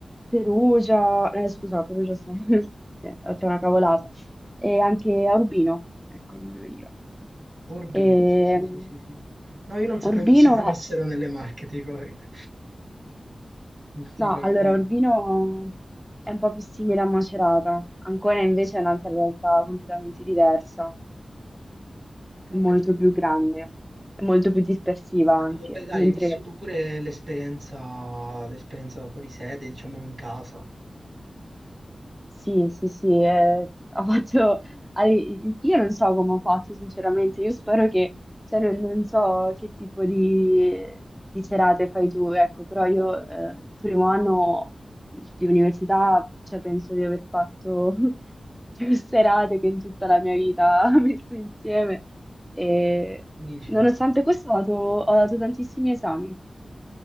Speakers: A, in the centre; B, on the right.
A: Perugia, eh, scusa, Perugia, sì, <laughs> Eh, ho detto una cavolata. E anche a Urbino, ecco, non mi veniva.
B: Urbi,
A: Ehm,
B: sì, sì, sì, sì, sì. No, io non sapevo
A: Urbino,
B: che ci fossero nelle Marche, ti dico la verità. Ti
A: No,
B: dico la
A: allora
B: verità, no.
A: Urbino è un po' più simile a Macerata, Ancona invece è un'altra realtà completamente diversa,
B: Ho
A: è molto
B: capito.
A: più grande, è molto più dispersiva anche,
B: Dai, Vabbè, dai,
A: mentre
B: hai vissuto pure l'esperienza l'esperienza fuori sede, diciamo in casa.
A: Sì, sì, sì, eh, ho fatto... ali- Io non so come ho fatto, sinceramente, io spero che, cioè, non, non so che tipo di, di serate fai tu, ecco, però io eh, il primo anno di università, cioè, penso di aver fatto <laughs> più serate che in tutta la mia vita <laughs> messe insieme e
B: Dici,
A: nonostante questo ho dato ho dato tantissimi esami